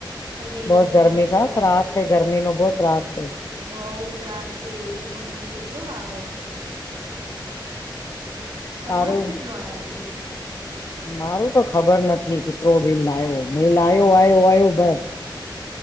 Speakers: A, on the right; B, on the left.
A: પ ભેગા
B: બહુ
A: જમીશું
B: ગરમી છે
A: ભેગા
B: ત્રાસ
A: ખાઈશું
B: છે ગરમી નો બહુ ત્રાસ છે
A: બઉ ત્રાસ છે એસી નું બિલ કેટ કેટલો આવે છે.
B: તારું
A: તમારું કેટલો આવ્યો બિલ
B: મારું તો ખબર નથી કેટ્ર વીલ આવ્યો મે લ્યો આવ્યો આવ્યો બસ.